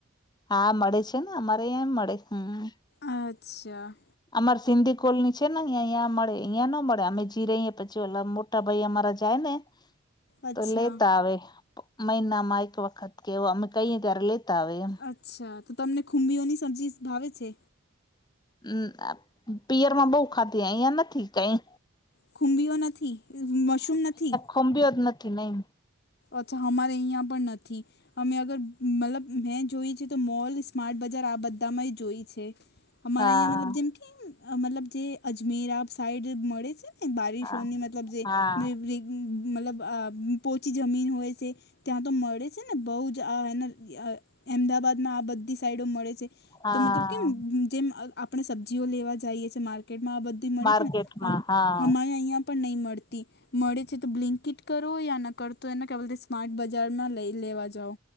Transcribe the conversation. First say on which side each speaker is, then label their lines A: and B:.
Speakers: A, on the left; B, on the left.
A: હા, મળે છે ને, અમારે અહીં એમ મળે. હમ
B: અચ્છા.
A: અમાર સિંધી કોલની છે ને અહીંયા અહીંયા મળે અહીંયા ન મળે અમે જી રહીએ પછી ઓલા મોટા ભાઈ અમારા જાય ને <unintelligible> <unintelligible>
B: અચ્છા
A: <inaudible> <inaudible> તો લેતા આવે મહિનામાં એક વખત કેવ અમે કઈ ત્યારે લેતા આવે એમ.
B: અચ્છા તો તમને ખુંબીઓની સબ્જી ભાવે છે?
A: મ પીયરમાં બહુ ખાધી, આયા નથી કાઈ.
B: ખુંબીઓ નથી <unintelligible> નથી
A: ખંભીયો જ નથી નહી.
B: પછી અમારે અહીંયા પણ નથી. અમે અગર મતલબ મેં જોય છે તો મોલ સ્માર્ટ બજાર આ બધામાં જોય છે. અમારા
A: હા
B: અહીંયા મતલબ જેમ કેને મતલબ જે અજમેર સાઈડ મળે છેને? બારિશોની
A: હા
B: મતલબ જે
A: હા
B: <unintelligible> મતલબ પો ઉંચી જમીન હોય છે ત્યાં તો મળે છે ને બહુ જ આ એના એમદાબાદમાં આ બધી સાઈડો મળે છે
A: હા
B: તો મતલબ કેમ જેમ આપણે સબ્જીઓ લેવા જાઈએ છે માર્કેટમાં આ બધી મળે
A: માર્કેટમાં
B: છે ને
A: હા
B: અમારે અહીંયા, પણ નહીં મળતી મળે છે તો બ્લિંકીટ કરો યા ના કરુ. તો એને ક્યાં બોલતે સ્માર્ટ બજારમાં લઈ લેવા જાવ.